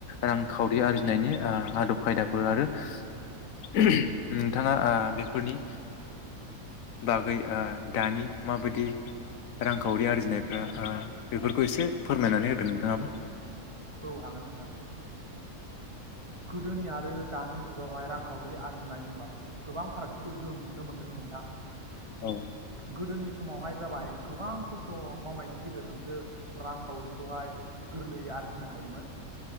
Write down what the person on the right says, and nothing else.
औ हागोन नोंथां गोदोनि आरो दानि जुगावहाय रांखावरि आरजिनाय गोबां फारागथिखौ जों नुनो मोनदों नोंथां
गोदोनि समावहाय जाबाय गोबां खस्थ' मावनायनि गेजेरजोंसो रांखावरिखौहाय गोरलैयै आरजिनो हायोमोन